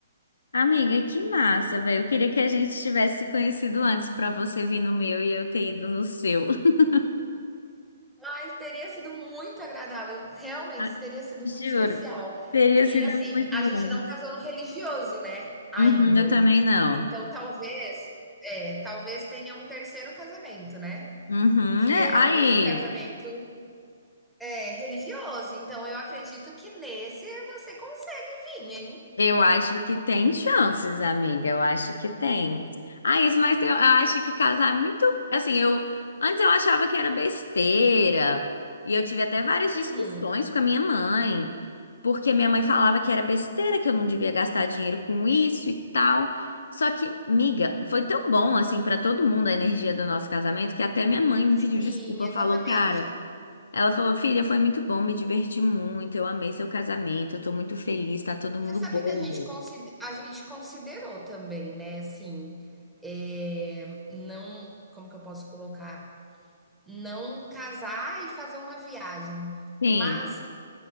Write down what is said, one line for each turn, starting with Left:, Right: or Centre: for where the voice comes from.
Left: Amiga, que massa, velho. Eu queria que a gente tivesse se conhecido antes pra você vir no meu e eu ter ido no seu. <laughs>
Centre: Mas teria sido muito agradável, realmente
Left: Ah,
Centre: teria sido
Left: Juro,
Centre: muito especial.
Left: teria
Centre: E
Left: sido
Centre: assim,
Left: muito
Centre: a
Left: bom.
Centre: gente não casou no religioso, né? Ainda.
Left: Uhum, eu também não.
Centre: Então talvez, é, talvez tenha um terceiro casamento, né?
Left: Uhum.
Centre: Que
Left: É,
Centre: é
Left: aí.
Centre: o casamento é, religioso. Então eu acredito que nesse você consegue vir, hein?
Left: Eu acho que tem chances, amiga. Eu acho que tem. Ah, isso, mas eu acho que casar é muito. Assim, eu. Antes eu achava que era besteira. E eu tive até várias
Centre: Uhum.
Left: discussões com a minha mãe. Porque minha mãe falava que era besteira, que eu não devia gastar dinheiro com isso e tal. Só que, miga, foi tão bom, assim, pra todo mundo a energia do nosso casamento que até minha mãe me pediu
Centre: Sim,
Left: desculpa. Falou,
Centre: exatamente.
Left: cara. Ela falou, filha, foi muito bom, me diverti muito, eu amei seu casamento, eu tô muito feliz, tá todo
Centre: Você
Left: mundo
Centre: sabe
Left: bobo.
Centre: que a gente, consi- a gente considerou também, né? Assim, é, não. Como que eu posso colocar? não casar e fazer uma viagem.
Left: Sim,
Centre: Mas